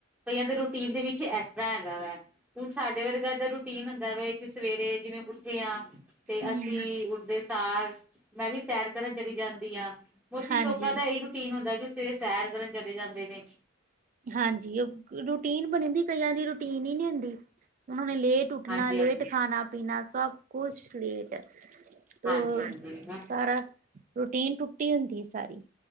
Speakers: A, in the centre; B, on the right.
A: ਕਈਆਂ ਦੇ ਰੂਟੀਨ ਦੇ ਵਿੱਚ ਕੁਛ ਏਸ ਤਰ੍ਹਾਂ ਹੈਗਾ ਵੈ, ਹੁਣ ਸਾਡੇ ਵਰਗਾ ਦਾ ਰੂਟੀਨ ਹੁੰਦਾ ਵੇ ਕਿ ਸਵੇਰੇ ਜਿਵੇਂ ਉੱਠੇ ਆ ਤੇ
B: ਹਮ
A: ਅਸੀਂ ਉੱਡਦੇ ਸਾਰ ਮੈਂ ਵੀ ਸੈਰ ਕਰਨ ਚਲੀ ਜਾਂਦੀ ਹਾਂ, ਮੋਸਟਲੀ
B: ਹਾਂਜੀ
A: ਲੋਕਾਂ ਦਾ ਏਇ ਜਿਦਾ ਕਿ ਸਵੇਰੇ ਸੈਰ ਕਰਨ ਚਲੇ ਜਾਂਦੇ ਨੇ।
B: ਹਾਂਜੀ, ਉਹ ਰੂਟੀਨ ਬਨਿਦੀ ਕਈਆਂ ਦੀ ਰੂਟੀਨ ਈ ਨੀ ਹੁੰਦੀ, ਉਹਨਾ ਨੇ ਲੇਟ ਲੇਟ ਉੱਠਣਾ
A: ਹਾਂਜੀ-ਹਾਂਜੀ,
B: ਲੇਟ ਖਾਣਾ ਪੀਣਾ ਸਭ ਕੁਛ ਲੇਟ। ਤੋ
A: ਹਾਂਜੀ-ਹਾਂਜੀ ਨਾ
B: ਸਾਰਾ ਰੂਟੀਨ ਟੁੱਟੀ ਹੁੰਦੀ ਸਾਰੀ।